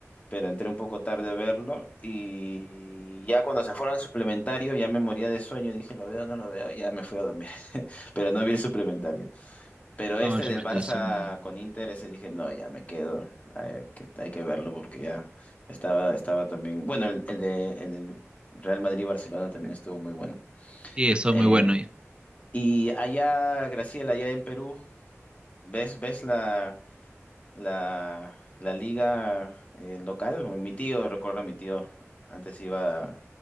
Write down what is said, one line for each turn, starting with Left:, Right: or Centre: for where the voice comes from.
Left: pero entré un poco tarde a verlo y ya cuando se fueron al suplementario ya me moría de sueño, dije, lo veo, no lo veo, ya me fui a dormir, <laughs> pero no vi el suplementario. Pero este
Right: No, el primer
Left: del Barça
Right: tiempo estuvo muy bueno.
Left: con Inter, ese dije, no, ya me quedo, hay que, hay que verlo porque ya estaba, estaba también, bueno, el, el de, el del Real Madrid-Barcelona también estuvo muy bueno.
Right: Sí, estuvo
Left: Eh,
Right: muy bueno. y-
Left: y allá, Graciela, allá en Perú. ¿Ves, ves la, la, la liga eh, local? Mi tío, recuerdo a mi tío, antes iba a